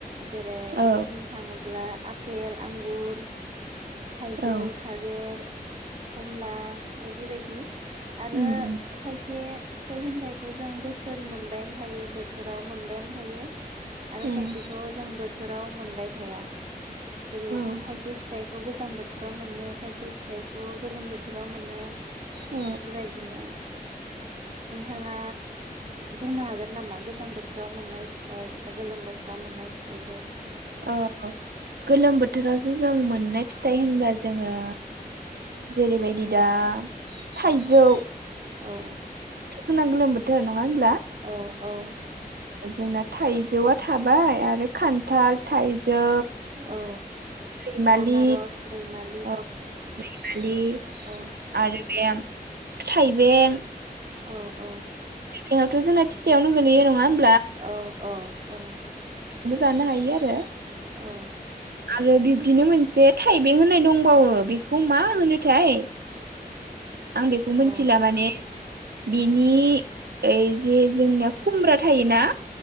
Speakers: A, on the right; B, on the right.
A: जेरै
B: औ
A: बुंनो थाङोब्ला आपेल, आंगुर थाइजौ,
B: औ
A: थालेर खमला बायदि बायदि आरो
B: उम उम
A: खायसे फिथाइ सामथाइखौ जों बोसोरै मोनबायानो थायो बोथोराव मोनबायानो थायो। आरो
B: उम
A: खायसेखौ जों बोथोराव मोन बाय थाया जेरै
B: औ
A: खायसे फिथाइ गोजां बोथोराव मोनो खायसे फिथाइखौ गोलोम बोथोराव मोनो। बेफोर
B: औ
A: बायदिनो नोंथाङा बुंनो हागोन नामा गोजां बोथोराव मोननाय फिथाइ बा गोलोम बोथोराव मोननाय फिथाइफोर
B: औ गोलोम बोथोरावसो जों मोननाय फिथ फिथाइ होनब्ला जोङो जेरैबायदि दा थाइजौ
A: औ
B: जोंना गोलोम बोथोर नङा होनब्ला
A: अ औ
B: जोंना थाइजौआ थाबाय आरो खान्थाल थाइ जौ
A: औ
B: रैमालि
A: आनारस रैमालि
B: औ रैमालि
A: औ
B: आरो बे थाइबें
A: औ औ
B: बेंआथ जोंना फिथाइआवनो गोलैयो नङा हो
A: औ औ औ
B: बो जानो हायो आरो।
A: औ
B: आरो बिब्दिनो मोनसे थाइबें होननाय दंबावो बेखौ मा होनोथाय आं बेखौ मिथिला
A: औ
B: माने बिनि ओइ जे जोंनिया खुमब्रा थायोना